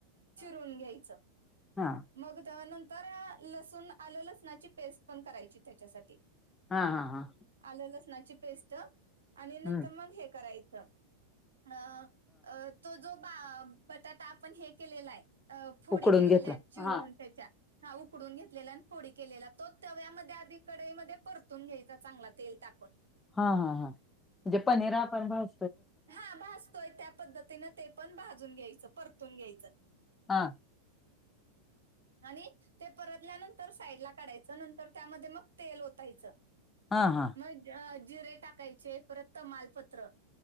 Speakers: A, on the right; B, on the left.
A: चिरून घ्यायचं.
B: हां.
A: मग नंतर लसूण आलं लसणाची पेस्ट पण करायची त्याच्यासाठी.
B: हां हां हां.
A: आलं लसणाची पेस्ट आणि नंतर
B: हम्म
A: मग हे करायचं अ अ तो जो बटाटा आपण हे केलेला आहे फोडी
B: उकडून
A: केलेली
B: घेतला
A: आहेत. चिरून
B: हा
A: त्याच्या हां उकडून घेतलेला आणि फोडी केलेला तो तव्यामध्ये आधी कढईमध्ये परतून घ्यायचा चांगला. तेल टाकून
B: हां हां हां म्हणजे पनीर आपण भाज
A: हां भाजतोय त्या पद्धतीन ते पण भाजून घ्यायचं परतून घ्यायचं.
B: हा <inaudible>
A: आणि ते परतल्यानंतर साईडला काढायचं नंतर त्यामध्ये मग तेल ओतायचं.
B: हां हां.
A: मग जिरे टाकायचे परत तमालपत्र